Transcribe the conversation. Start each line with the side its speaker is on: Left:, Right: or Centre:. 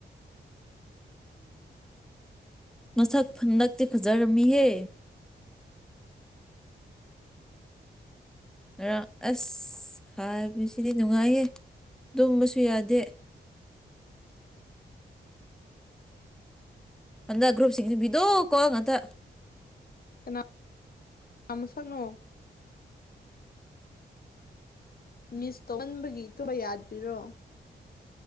Centre: ꯃꯁꯛ ꯍꯟꯗꯛꯇꯤ ꯐꯖꯔꯝꯃꯤꯍꯦ ꯉꯔꯥꯡ ꯑꯁ ꯈꯥꯏꯕꯁꯤꯗꯤ ꯅꯨꯡꯉꯥꯏꯌꯦ ꯇꯨꯝꯕꯁꯨ ꯌꯥꯗꯦ ꯑꯗ ꯒ꯭ꯔꯨꯞꯁꯤꯡꯁꯤ ꯕꯤꯗꯣ ꯀꯣꯟ ꯉꯥꯛꯇ
Left: ꯀꯅꯥ ꯃꯁꯛꯅꯣ ꯃꯤꯁ ꯇꯧꯃꯟꯕꯒꯤ ꯇꯨꯝꯕ ꯌꯥꯗ꯭ꯔꯤꯔꯣ